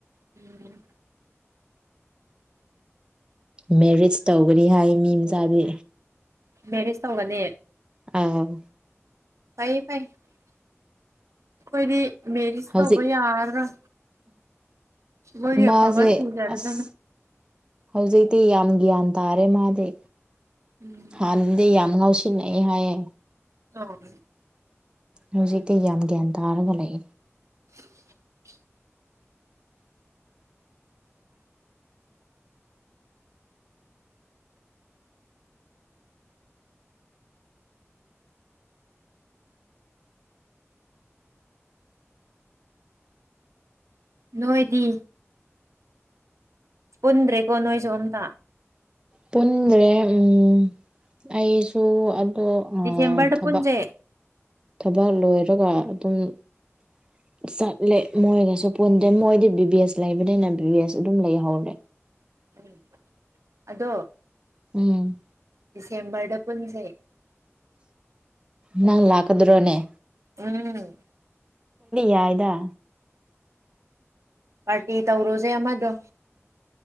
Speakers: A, on the right; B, on the right.
A: ꯎꯝ
B: ꯃꯦꯔꯤꯖ ꯇꯧꯒꯅꯤ ꯍꯥꯏ ꯃꯤ ꯃꯆꯥꯗꯤ
A: ꯃꯦꯔꯤꯁ ꯇꯧꯒꯅꯦ
B: ꯑꯥꯎ
A: ꯐꯩꯌꯦ ꯐꯥꯥꯩ ꯑꯩꯈꯣꯏꯗꯤ ꯃꯦꯔꯤꯖ
B: ꯍꯧꯖꯤꯛ
A: ꯇꯧꯕ ꯌꯥꯔ ꯔꯥꯥꯥ ꯃꯣꯏꯒꯤ
B: ꯃꯥꯁꯦ
A: ꯑꯐꯕ ꯊꯤꯖꯔꯁꯅꯨ
B: ꯑꯁ ꯍꯧꯖꯤꯛꯇꯤ ꯌꯥꯝ ꯒ꯭ꯌꯥꯟ ꯇꯥꯔꯦ ꯃꯥꯗꯤ
A: ꯎꯝ
B: ꯍꯥꯟꯅꯗꯤ ꯌꯥꯝ ꯉꯥꯎꯁꯤꯟ <unintelligible> ꯅꯩ ꯍꯥꯏꯌꯦ
A: <unintelligible> ꯑꯣ
B: ꯍꯧꯖꯤꯛꯇꯤ ꯌꯥꯝ ꯒ꯭ꯌꯥꯟ ꯇꯥꯔꯒ ꯂꯩ
A: <inaudible> ꯅꯣꯏꯗꯤ ꯄꯨꯟꯗ꯭ꯔꯦꯀꯣ ꯅꯣꯏꯁꯨ ꯑꯝꯇ
B: ꯄꯨꯟꯗ꯭ꯔꯦ ꯎꯝ ꯑꯩꯁꯨ ꯑ ꯍꯣ ꯑꯥ
A: ꯗꯤꯁꯦꯝꯕꯔꯗ
B: ꯊꯕꯛ
A: ꯄꯨꯟꯁꯦ
B: ꯊꯕꯛ ꯂꯣꯏꯔꯒ ꯑꯗꯨꯝ <inaudible> ꯆꯠꯂꯦ ꯃꯣꯏꯒꯁꯨ ꯄꯨꯟꯗ꯭ꯔꯦ ꯃꯣꯏꯗꯤ ꯕꯤ ꯕꯤ ꯑꯦꯁ ꯂꯩꯕꯅꯤꯅ ꯕꯤ ꯕꯤ ꯑꯦꯁ ꯑꯗꯨꯝ ꯂꯩꯍꯧꯔꯦ
A: ꯎꯝ ꯑꯗꯣ
B: ꯎꯝ
A: ꯗꯤꯁꯦꯝꯕꯔꯗ ꯄꯨꯟꯁꯦ
B: ꯅꯪ ꯂꯥꯛꯀꯗ꯭ꯔꯣꯅꯦ
A: ꯎꯝ
B: ꯌꯥꯏꯗ
A: ꯄꯔꯇꯤ ꯇꯧꯔꯨꯖꯦ ꯑꯃꯗꯣ